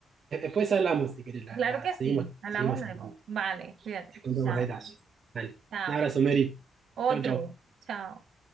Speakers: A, on the right; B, on the right.
A: después hablamos, si querés, la,
B: Claro
A: la-
B: que
A: seguimos,
B: sí, hablamos
A: seguimos
B: luego.
A: hablando.
B: Vale, cuídate.
A: Te cuento
B: Chao,
A: más detalles. Dale.
B: chao.
A: Un abrazo, Mary.
B: Otro,
A: Chau, chau.
B: chao.